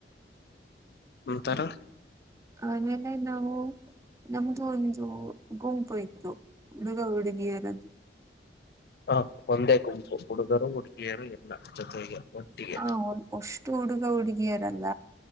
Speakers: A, on the left (about 60°); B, on the right (about 15°).
A: ಒಂತರ
B: ಆಮೇಲೆ ನಾವು ನಮ್ದು ಒಂದು ಗುಂಪು ಇತತ್ತು ಹುಡುಗ ಹುಡುಗಿಯರದು
A: ಹ ಒಂದೇ ಗುಂಪು ಹುಡುಗರು ಹುಡುಗಿಯರು ಎಲ್ಲ ಜೊತೆಗೆ ಒಟ್ಟಿಗೆ.
B: ಹಾ ಅಷ್ಟು ಹುಡುಗ ಹುಡುಗಿಯರಲ್ಲ